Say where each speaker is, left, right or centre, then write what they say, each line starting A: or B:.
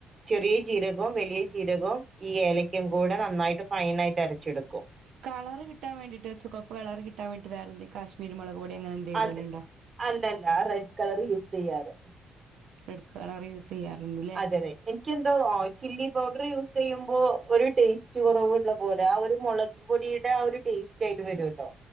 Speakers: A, on the right; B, on the right.
A: ചെറിയ ജീരകോം വലിയ ജീരകോം ഈ ഏലക്കയും കൂടെ നന്നായിട്ട് ഫൈനായിട്ട് അരച്ചെടുക്കും.
B: കളറ് കിട്ടാൻ വേണ്ടീട്ടോ ചുകപ്പ് കളറ് കിട്ടാൻ വേണ്ടീട്ട് വേറെന്തെ കാശ്മീരി മുളക് പൊടി അങ്ങനെ എന്തെങ്കിലും
A: അതെ
B: ഇടലുണ്ടോ
A: അല്ലല്ല അത് റെഡ് കളർ യൂസ് ചെയ്യാറ്.
B: റെഡ് കളർ യൂസ് ചെയ്യാറന്ന്.
A: അതെ അതെ. ക്കൃന്തോ ചില്ലി പൗഡർ യൂസ് ചെയ്യുമ്പോ ഒരു ടേസ്റ്റ് കുറവുള്ള പോലെ ആഹ് ഒരു മുളക് പൊടി ന്റ ആഹ് ഒരു ടേസ്റ്റ് ആയിട്ട് വരുല്ലോ.